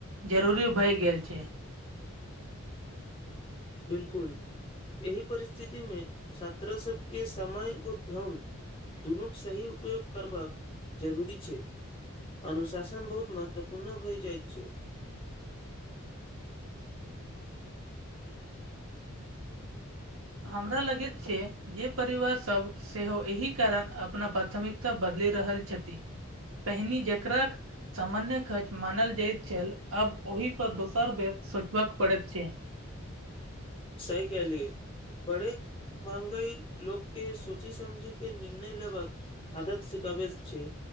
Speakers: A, on the right (about 75°); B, on the left (about 25°).
A: जरूरी भए गेल छैय
B: बिल्कुल एहि परिस्थिति मे छात्रों सबके समय ओ धन दुनूके सही उपयोग करबाक जरूरी छैय अनुशासन बहुत महत्वपूर्ण भय जाइत छैय
A: हमरा लगैत छैय जे परिवार सब सेहो एहि कारण अपना प्राथमिकता बदलि रहल छथिन पहिनी जकराक सामान्य खर्च मानल जाइत छल आब ओहि पर दोसर बेत सोचबाक पड़ैत छैय
B: सही कहेलियए बड़े महंगाई लोक के सोचै समझै के निर्णय लेभग आदत सिखाबे छैय